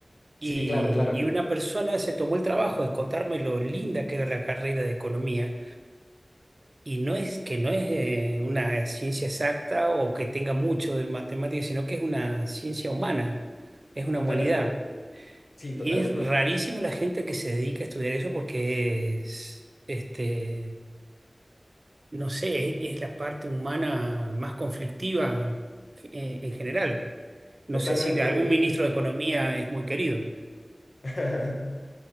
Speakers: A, on the right; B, on the left.
A: Y,
B: sí, claro, claro.
A: y una persona se tomó el trabajo de contarme lo linda que era la carrera de economía. Y no es que no es eh, una ciencia exacta o que tenga mucho de matemáticas, sino que es una ciencia humana, es una
B: Totalmente,
A: humanidad.
B: sí,
A: Y
B: totalmente,
A: es rarísimo la gente que se dedica a estudiar eso porque es, este, no sé, es, es la parte humana más conflictiva eh, en general. No
B: totalmente.
A: sé si algún ministro de Economía es muy querido.
B: <laughs>